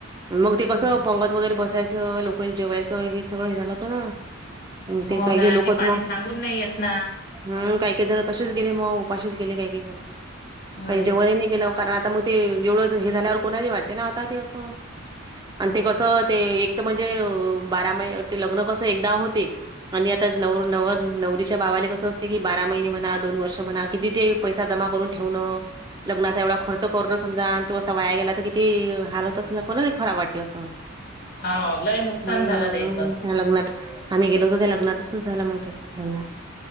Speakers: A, on the right (about 20°); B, on the left (about 50°).
A: मग ते कसं
B: हो.
A: पंगत वगैरे बसायचं लोकाल जेवायचं हे सगळं हे झालं होतं ना. अन ते
B: हो
A: काही
B: ना
A: काही लोकच
B: हे पाणी
A: मग
B: सांगून नाही येत ना.
A: हम्म काही काही जण तसेच गेले मग उपाशीच गेले काही काही जण
B: अरे
A: काही जेवणही नाही गेलं कारण आता मग ते एवढं हे झाल्यावर कोणाही वाटते ना आता ते असं आणि
B: हो.
A: ते कसं ते एक तर म्हणजे बारा महि ते लग्न कसं एकदा होते. आणि आता नवर नवर नवरीच्या भावाला कसं अस ते की बारा महिने म्हणा दोन वर्ष म्हणा किती ते पैसा जमा करून ठेवणं लग्नाचा एवढा खर्च करून समजा आणि तो असं वाया गेला तर किती हाल होतच ना कोणाही खराब वाटते असं.
B: <inaudible> लय नुकसान
A: हम्म.
B: झालं त्याचं
A: त्या लग्नात आम्ही गेलो होतो त्या लग्नातच झालं मग ते लग्नात.